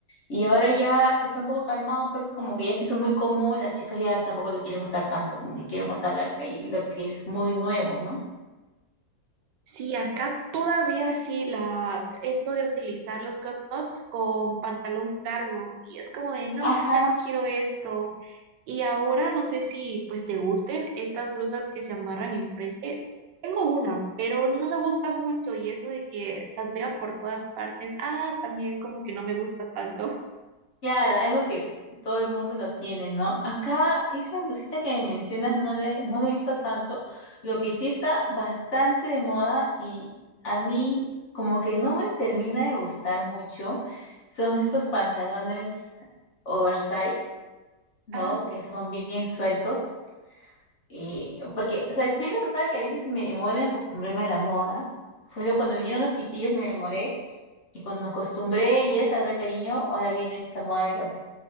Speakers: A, on the left; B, on the right.
A: Y ahora ya está un poco calmado, creo que como que ya se hizo muy común, las chicas ya tampoco lo quieren usar tanto, como que quieren usar la, que- lo que es muy nuevo, ¿no?
B: Sí, acá todavía sí la esto de utilizar los crop tops con pantalón cargo y es como de no,
A: Ajá.
B: ya no quiero esto. Y ahora no sé si pues te gusten estas blusas que se amarran enfrente. Tengo una, pero no me gusta mucho y eso de que las vea por todas partes, ah, también como que no me gusta tanto.
A: Claro, algo que todo el mundo lo tiene, ¿no? Acá esa blusita que me mencionas no le, no la he visto tanto. Lo que sí está bastante de moda y a mí como que no me termina de gustar mucho son estos pantalones oversize, ¿no?
B: <laughs>
A: Que son bien sueltos. Y porque, o sea, soy una persona que a veces me demora en acostumbrarme a la moda. Fue lo cuando vinieron los pitillos me demoré y cuando me acostumbré y les agarré cariño, ahora viene esta moda de los,